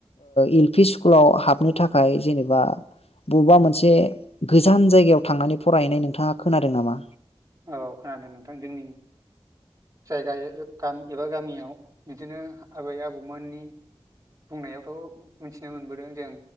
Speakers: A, on the left; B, on the right.
A: एल पि स्कुलाव हाबनो थाखाय जेनेबा बबेबा मोनसे गोजान जायगायाव थांनानै फरायहैनाय नोंथाङा खोनादों नामा?
B: औ खोनादों नोंथां जोंनि जायगा एबा गामियाव बिदिनो आबै- आबौमोननि बुंनायावथ' मिथिनो मोनबोदों जों